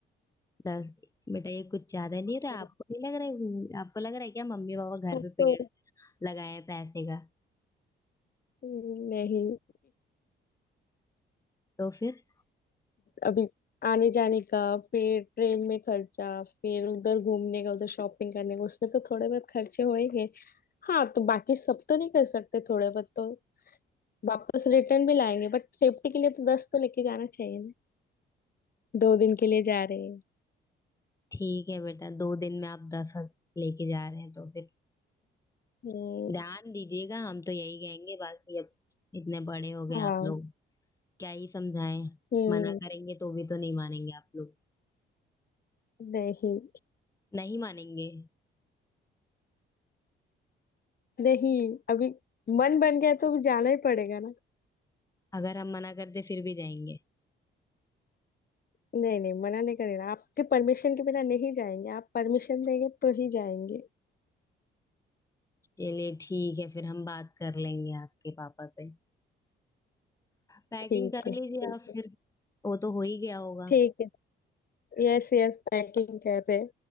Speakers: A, on the left (about 15°); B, on the left (about 50°).
A: दस बेटा ये कुछ ज्यादा नहीं रहा
B: हम्म,
A: आपको नहीं लग रहा है आपको लग रहा है क्या मम्मी पापा
B: अब
A: घर पे
B: तो
A: पेड़ लगाए हैं पैसे का
B: हम्म, नहीं
A: तो फिर
B: अभी आने जाने का फिर ट्रेन में खर्चा फिर उधर घूमने का उधर शॉपिंग करने का उसमें तो थोड़े बहुत खर्चे हो ही गए हाँ तो बाकी सब तो नहीं कर सकते थोड़े बहुत तो वापस रिटर्न भी लाएंगे बट सेफ्टी के लिए तो दस तो लेके जाना चाहिए ना दो दिन के लिए जा रहे हैं
A: ठीक है बेटा दो दिन में आप दस हज- लेके जा रहे हैं तो फिर
B: हम्म,
A: ध्यान दीजिएगा हम तो यही कहेंगे बाकी अब इतने बड़े हो गए
B: हाँ
A: आप लोग क्या ही समझाएं
B: हम्म
A: मना करेंगे तो भी तो नहीं मानेंगे आप लोग
B: नहीं
A: नहीं मानेंगे
B: नहीं अभी मन बन गया तो अभी जाना ही पड़ेगा ना
A: अगर हम मना करते फिर भी जाएंगे
B: नहीं नहीं मना नहीं करेगा आपके परमिशन के बिना नहीं जाएंगे आप परमिशन देंगे तो ही जाएंगे
A: चलिए ठीक है फिर हम बात कर लेंगे आपके पापा से पैकिंग
B: ठीक
A: कर
B: है
A: लीजिए
B: ठीक
A: आप
B: है
A: फिर वो तो हो ही गया होगा
B: ठीक है यस यस पैकिंग कर रहे हैं।